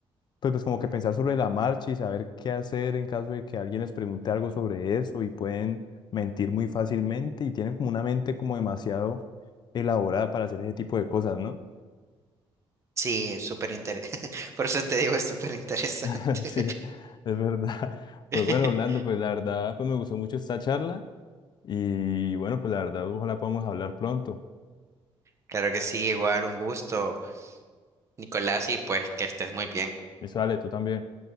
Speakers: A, on the left; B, on the right.
A: pues, pues como que pensar sobre la marcha y saber qué hacer en caso de que alguien les pregunte algo sobre eso y pueden mentir muy fácilmente y tienen como una mente como demasiado elaborada para hacer ese tipo de cosas, ¿no?
B: Sí, es súper interesante. <laughs> Por eso te digo, es súper interesante.
A: <laughs> Sí, es verdad. <laughs> Pues
B: <laughs>
A: bueno, Orlando, pues la verdad, pues me gustó mucho esta charla y bueno, pues la verdad, ojalá podamos hablar pronto.
B: Claro que sí, igual un gusto, Nicolás, y pues que estés muy bien.
A: Eso, dale, tú también.